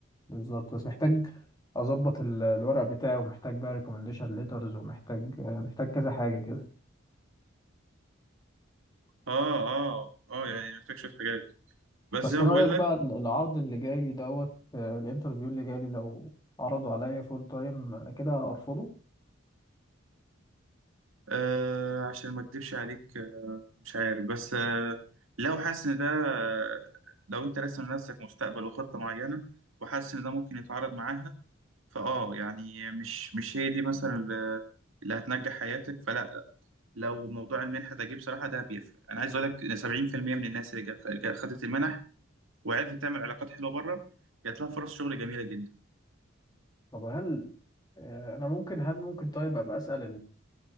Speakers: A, on the left (about 20°); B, on the right (about 80°).
A: بالظبط بس محتاج اظبط ال- الورق بتاعي ومحتاج بقى ريكومنديشن ليترز ومحتاج آه، محتاج كذا حاجه كده
B: آه آه آه يعني محتاج شوية حاجات بس
A: بس
B: زي ما
A: رأيك
B: بقول
A: بقى
B: لك
A: ال- العرض اللي جاي لي دوت آه، الانترفيو اللي جاي لي لو عرضوا عليا فول تايم انا كده ارفضه
B: آه عشان ما أكدبش عليك آه، مش عارف بس آه لو حاسس إن ده آه، لو أنت راسم لنفسك مستقبل وخطة معينة وحاسس إن ده ممكن يتعارض معاها فاه يعني مش مش هي دي مثلا اللي اللي هتنجح حياتك فلا لا. لو موضوع المنحه ده جه بصراحه ده بيفرق انا عايز اقول لك إن 70% من الناس اللي جا- جا- خدت المنح وعرفت تعمل علاقات حلوه بره جات لها فرص شغل جميله جدا
A: طب هل آه، انا ممكن هل ممكن طيب ابقى اسال